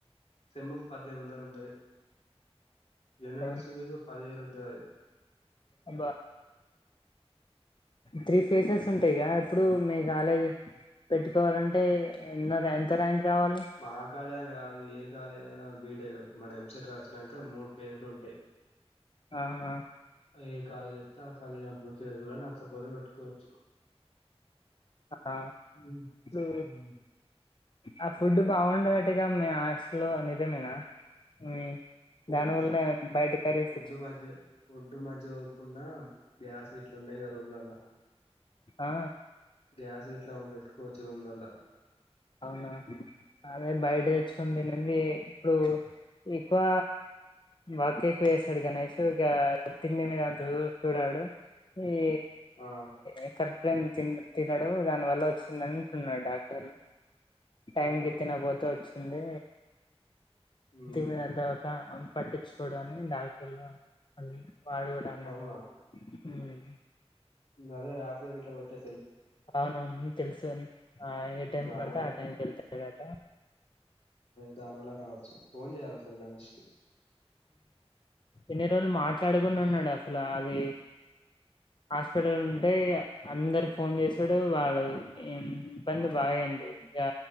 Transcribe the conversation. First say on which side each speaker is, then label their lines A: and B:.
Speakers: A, on the left; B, on the left.
A: సెమ్ముక్ పద్దెనిమిది వందలు ఉంటుంది యూనిట్స్జ్
B: అవును.
A: పదివేలు ఉంటయి
B: అబ్బా త్రీ ఫేసెస్ ఉంటాయిగా ఇప్పుడు మీ కాలేజ్ పెట్టుకోవాలంటే ఎన్నో ర్యాంక్ రావాలి
A: మ కాలేజ్ అని కాదు ఏ కాలేజ్ ఏద బీటెక్ మనం ఎంసెట్ రాసినాక మూడు ఫేజ్లు ఉంటాయి
B: ఆహా
A: ఏ కాలేజత్తా కాలేజ్ మూడు ఫేస్లు నచ్చపోతే పెట్టుకోవచ్చు
B: ఆ
A: ఉమ్,
B: ఊ
A: ఉమ్.
B: ఆ ఫుడ్ బాగుండదట్గా మీ హాస్టలో నిజమేనా మీ
A: ఫుడ్
B: దానివల్లనే బయట కర్రీస్
A: ఫుడ్
B: తెచ్చు
A: మధ్య ఫుడ్ మధ్య పోకుండా గ్యాస్ గిట్ల ఉన్నాయి కదా రూమ్లలల
B: ఆ
A: గ్యాస్ గిట్లా పెట్టుకోవచ్చు రూమ్ లల్ల
B: అవునా అదే బయట తెచ్చుకొని తినది ఇప్పుడు ఎక్కువ వర్క్ ఎక్కువ చేస్తాడు గణేష్ ఇక తిండి మీద అంత చూడ డు ఈ
A: ఆ
B: ఇ కరెక్ట్ టైమ్ కి తినడు దాని వల్ల వచ్చింది అంటున్నాడు డాక్టర్లు టైమ్కిి
A: అవునా
B: తినపోతే వచ్చింది
A: ఉమ్,
B: మీ దంత పట్టించుకోవడం అని డాక్టర్లు అ వాడు కూడా అన్నాడు
A: అవునా
B: హ్మ్మ్
A: అదే రాపిడో గిట్ల కొట్టే
B: అవునవును తెలుసు ఏ టైం
A: దాని
B: పడితే ఆ టైంకి వెళ్తాడట
A: దానివల్ల రావచ్చు ఫోన్ చేయ్యాలిఒక సారీ గణేష్కి
B: ఇన్ని రోజులు మాట్లాడకుండా ఉన్నాడు అసలు అది హాస్పిటల్ ఉంటే అందరు ఫోన్ చేసాడు వాళ్ళ ఇబ్బంది బాగాయంది ఇంగా